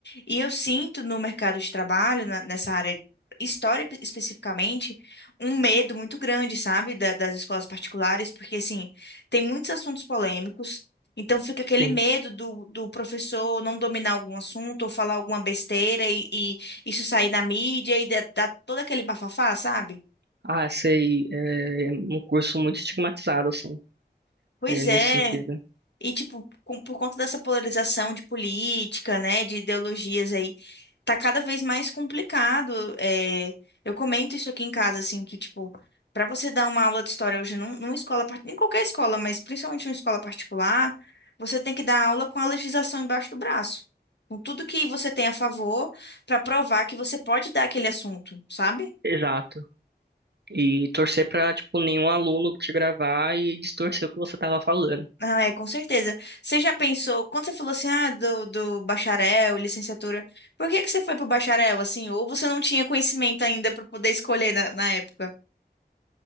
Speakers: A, on the left; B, on the right.
A: E eu sinto no mercado de trabalho, na- nessa área, história espe- especificamente, um medo muito grande, sabe, da- das escolas particulares, porque, assim, tem muitos assuntos polêmicos, então fica aquele
B: sim.
A: medo do, do professor não dominar algum assunto ou falar alguma besteira e, e isso sair na mídia e dar dar todo aquele bafafá, sabe?
B: Ah, sei, é um curso muito estigmatizado, assim,
A: Pois
B: é, nesse
A: é.
B: sentido.
A: E, tipo, com- por conta dessa polarização de política, né, de ideologias aí tá cada vez mais complicado. É, eu comento isso aqui em casa, assim, que, tipo, para você dar uma aula de história hoje num- numa escola, par- em qualquer escola, mas principalmente numa escola particular, você tem que dar aula com a legislação embaixo do braço. Com tudo que você tem a favor, para provar que você pode dar aquele assunto, sabe?
B: Exato. E torcer pra, tipo, nenhum aluno te gravar e distorcer o que você tava falando.
A: Ah, é, com certeza. Você já pensou, quando você falou assim, ah, do, do bacharel, licenciatura, por que que você foi pro bacharel, assim? Ou você não tinha conhecimento ainda para poder escolher na, na época?